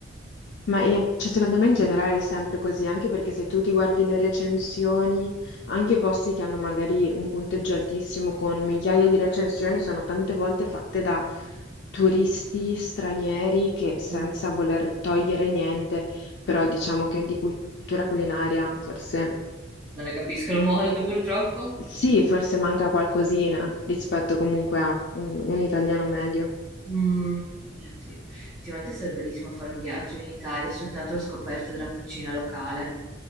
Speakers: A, on the left; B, on the right.
A: Ma è- cioè, secondo me in generale è sempre così, anche perché se tu ti guardi le recensioni, anche i posti che hanno magari un punteggio altissimo con migliaia di recensioni sono tante volte fatte da turisti stranieri che senza
B: Eh,
A: voler togliere niente, però diciamo che di cultura culinaria forse
B: Non ne capiscono molto, purtroppo.
A: sì, forse manca qualcosina rispetto comunque a un, un italiano medio. Mm.
B: Mm, mio Dio, effettivamente sarebbe bellissimo fare un viaggio in Italia soltanto alla scoperta della cucina locale,